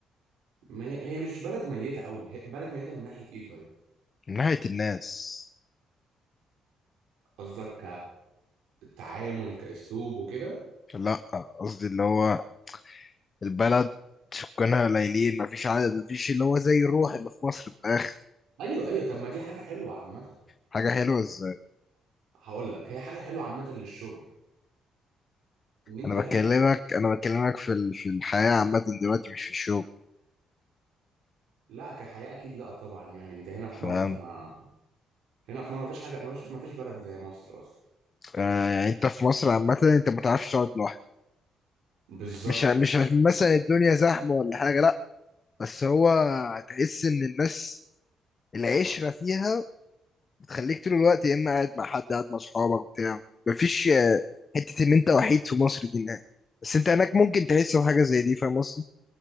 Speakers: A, on the right; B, on the left.
A: ما هي هي مش بلد ميتة قوي هي بلد ميتة من ناحية إيه طيب؟
B: من ناحيه الناس
A: قصدك كالتعامل كأسلوب وكده؟
B: لا قصدي اللي هو البلد سكانها قليلين مفيش عدد مفيش اللي هو زي الروح اللي في مصر في الآخر
A: أيوه أيوه طب ما دي حاجة حلوة عامة
B: حاجة حلوة ازاي
A: هقول لك هي حاجة حلوة عامة للشغل إن أنت
B: أنا
A: هناك
B: بكلمك أنا بكلمك في ال- في الحياة عامة دلوقتي مش في الشغل
A: لا كحياة أكيد لا طبعا يعني أنت هنا في
B: فاهم
A: مصر ما هنا في مصر ما فيش حاجة ما فيش ما فيش بلد زي مصر أصلا
B: آه يعني أنت في مصر عامة أنت ما تعرفش تقعد لوحدك
A: بالظبط
B: مش ع- مش عشان مثلا الدنيا زحمة ولا حاجة لأ بس هو هتحس إن الناس العشرة فيها بتخليك طول الوقت يا إما قاعد مع حد قاعد مع أصحابك بتاع مفيش آه، حتة إن أنت وحيد في مصر دي نهائي بس أنت هناك ممكن تحس بحاجة زي دي فاهم قصدي؟